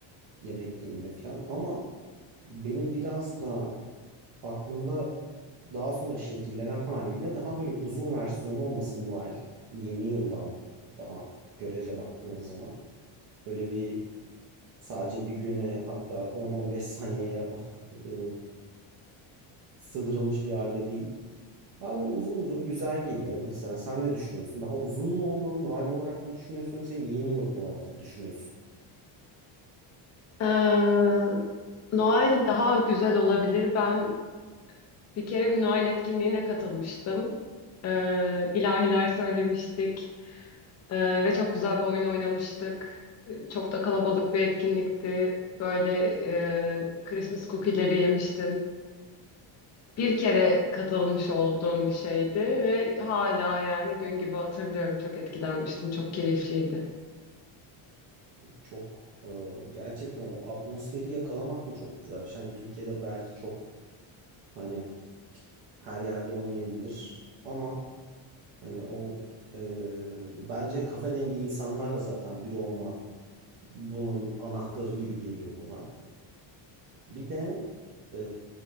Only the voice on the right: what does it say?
yemek yeniliyor falan. Ama benim biraz da aklımda daha sonra şekillenen haliyle daha böyle uzun versiyonu olmasın Noel. Yeni yıldan daha görece baktığın zaman böyle bir sadece bir güne hatta 10-15 saniyeye <laughs> e, sığdırılmış bir halde değil. Daha böyle uzun uzun güzel geliyor. Mesela sen ne düşünüyorsun? Daha uzun mu olmalı? Noel olarak mı düşünüyorsun yoksa yeni yıl olarak mı düşünüyorsun?
Çok e, gerçekten o atmosferi yakalamak da çok güzel bir şey. Hani Türkiye'de belki çok hani her yerde olmayabilir ama hani o e, bence kafe dengi insanlarla zaten bir olma bunun anahtarı gibi geliyor bana. Bir de e,